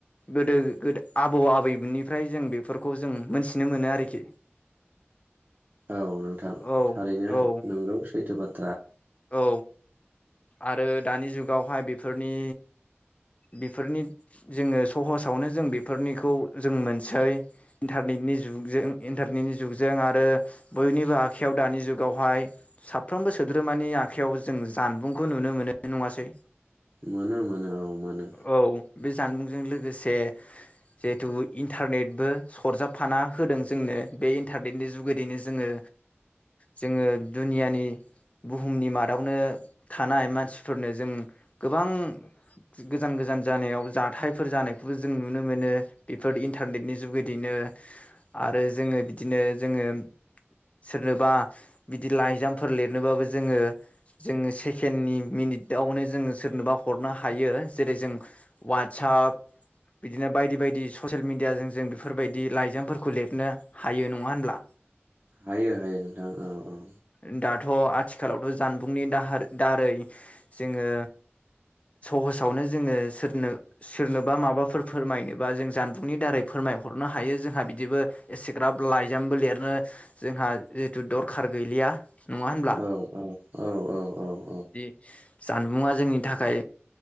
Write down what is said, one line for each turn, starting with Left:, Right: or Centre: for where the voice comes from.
Left: गोदो गो आबौ आबैनिफ्राय जों बेफोरखौ जों मोनथिनो मोनो आरोखि।
Right: औ नोंथां
Left: औ
Right: थारैनो
Left: औ
Right: नोंगौ सैथो बाथ
Left: औ आरो दानि जुगावहाय बिफोरनि बिफोरनि जोङो सहसआवनो जों बिफोरनिखौ जों मोनसै इन्टारनेटनि जुगजों इन्टारनेटनि जुगजों आरो बयनिबो आखायाव दानि जुगावहाय सा फ्रोमबो सोद्रोमानि आखाइयाव जों जानबुंखौ नुनो मोनो नङासै?
Right: मोनो मोनो औ मोनो।
Left: औ बे जानबुंजों लोगोसे जेहेथु इन्टारनेटबो सरजाबफाना होदों जोंनो बे इन्टारनेटनि जुगुदैनो जोङो जोङो दुनियानि बुहुमनि मादावनो थानाय मानसिफोरनो जों गोबां गोजान गोजान जानायाव जाथायफोर जानायखौबो जों नुनो मोनो बिफोर इन्टारनेटनि जुगिदिनो आरो जोङो बिदिनो जोङो सोरनोबा बिदि लाइजाम फोर लिरनोबाबो जोङो जोङो सेकेण्डनि मिनिटआवनो जोङो सोरनोबा हरनो हायो जेरै जों वाट्सप बिदिनो बायदि बायदि ससियेल मिडियाजों जों बेफोरबायदि लाइजामफोरखौ लिरनो हायो नङा होनब्ला?
Right: हायो हायो नोंथां औ औ।
Left: दाथ' आथिखालावथ' जानबुंनि दाहार दारै जोङो सहसआवनो जोङो सोरनो सोरनोबा माबाफोर फोरमायनोबा जों जानबुंनि दारै फोरमायहरनो हायो जोंहा बिदिबो एसेग्राब लाइजामबो लिरनो जोंहा जिथु दरखार गैलिया। नङा होनब्ला
Right: औ औ औ औ औ औ।
Left: जानबुंआ जोंनि थाखाय